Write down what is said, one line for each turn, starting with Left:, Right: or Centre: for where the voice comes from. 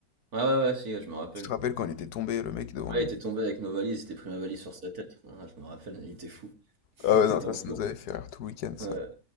Right: Ah Ouais, ouais, ouais, si, ouais, je me rappelle.
Left: Tu te rappelles quand il était tombé, le mec devant
Right: Ouais,
Left: nous?
Right: il était tombé avec nos valises, il était pris ma valise sur sa tête. Ah, je me rappelle, il était fou. <laughs>
Left: Ah ouais,
Right: C'était
Left: non, ça,
Right: un
Left: ça
Right: fou.
Left: nous avait fait rire tout le week-end, ça.
Right: Ouais.